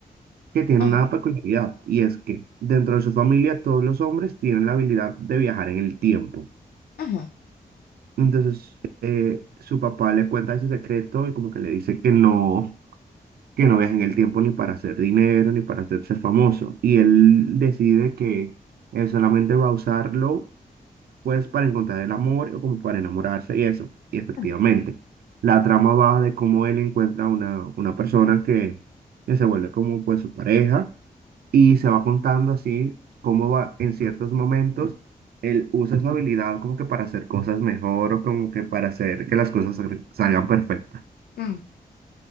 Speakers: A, on the right (about 80°); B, on the left (about 80°).
A: que tiene
B: mm,
A: una peculiaridad y es que dentro de su familia todos los hombres tienen la habilidad de viajar en el tiempo.
B: ujú,
A: Entonces, eh, su papá le cuenta ese secreto y como que le dice que no, que no viaje en el tiempo ni para hacer dinero ni para hacerse famoso. Y él decide que él solamente va a usarlo pues para encontrar el amor o como para enamorarse y eso. Y efectivamente,
B: mm,
A: la trama va de cómo él encuentra una, una persona que, que se vuelve como pues su pareja y se va contando así cómo va en ciertos momentos él usa su habilidad como que para hacer cosas mejor o como que para hacer que las cosas sal- salgan perfectas.
B: mm.